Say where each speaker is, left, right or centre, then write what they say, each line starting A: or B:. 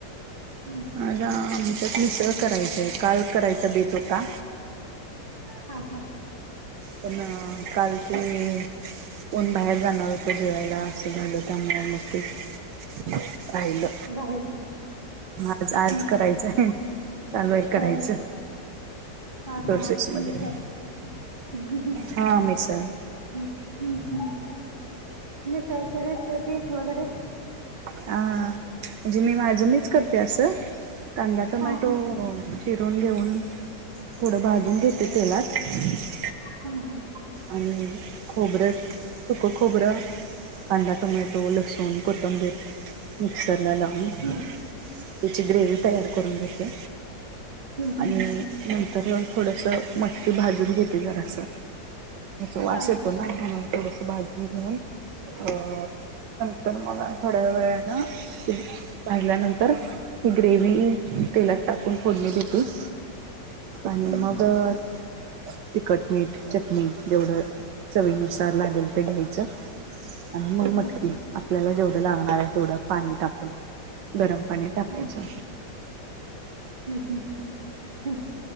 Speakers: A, on the right; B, on the right.
A: हम्म.
B: आज आमच्यात मिसळ <inaudible> करायचेय, काल करायचं बेत होता.
A: <inaudible> हा -हा
B: पण काल ते, कोण बाहेर जाणार होत जेवायला असं झाल. <inaudible> <unintelligible> राहिलं,
A: बाहेर
B: आता आज
A: हम्म.
B: करायचंय. <inaudible> चालूय करायचं.
A: हो हा-
B: प्रोसेस
A: हा
B: मध्ये
A: मी तर <inaudible>
B: हा, मिसळ.
A: हम्म -हम्म मिसळ ची रेसिपी वैगेरे <inaudible>
B: आ म्हणजे, मी माझ मीच करते असं, कांदा टोमॅटो
A: हा हा
B: चिरून घेऊन थोडं भाजून घेते तेलात. <inaudible>
A: हम् <unintelligible> <inaudible> हम
B: आणि खोबरं -सुकं खोबरं, कांदा, टोमॅटो, लसूण सून, कोंथबीर <inaudible> मिक्सरला लावून त्याची
A: हम्म,
B: ग्रेव्ही तयार करून घेते.
A: हम्म.
B: आणि नंतर थोडसं मटकी भाजून घेते जरास. मग वास
A: हा,
B: येतो ना म्हणून थोडस भाजून घेऊन अ नंतर मला थोड्या वेळान ते भाजल्यानंतर <inaudible> ही ग्रेव्ही तेलात टाकून फोडणी देते. <inaudible> आणि
A: हम्म.
B: मग <inaudible> तिखट, मीठ, चटणी जेवढं चवीनुसार लागेल ते घ्यायचं. <inaudible> आणि मग
A: हा, हा,
B: मटकी. आपल्याला जेवढं लागणार आहे तेवढं पाणी टाकून गरम पाणी टाकायचं.
A: हा. हं, हं, हं.